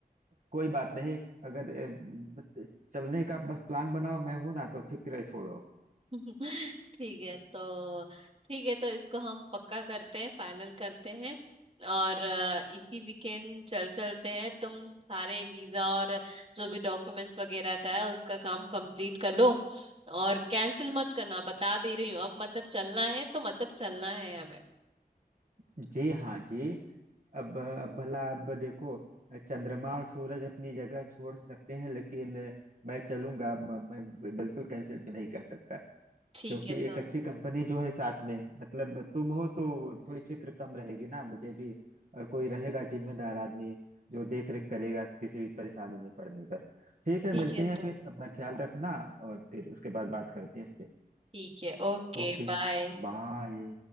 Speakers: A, on the right (about 55°); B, on the right (about 35°).
A: कोई बात नहीं अगर अ, बस चलने का बस प्लान बनाओ मैं हूं ना तो फिक्र छोड़ो
B: <laughs> ठीक है तो ठीक है तो इसको हम पक्का करते हैं फाइनल करते हैं और अ, इसी वीकेंड चल चलते हैं तुम सारे वीजा और जो भी डॉक्यूमेंट्स वगैरह का है उसका काम कंप्लीट कर लो और कैंसिल मत करना बता दे रही हूँ अब मतलब चलना है तो मतलब चलना है हमें
A: जी हाँ जी अब अब भला अब देखो चंद्रमा और सूरज अपनी जगह छोड़ सकते हैं लेकिन मैं चलूंगा म- मैं बिल्कुल कैंसिल भी नहीं कर सकता
B: ठीक
A: क्योंकि
B: है
A: एक
B: तो
A: अच्छी कंपनी जो है साथ में मतलब तुम हो तो थोड़ी फिक्र कम रहेगी ना मुझे भी और कोई रहेगा जिम्मेदार आदमी जो देख रेख करेगा किसी भी परेशानी में पड़ने पर ठीक है
B: ठीक
A: मिलते
B: है
A: हैं
B: तो
A: फिर अपना ख्याल रखना और फिर उसके बाद बात करते हैं इस पे
B: ठीक है ओके
A: Okay
B: बाय
A: bye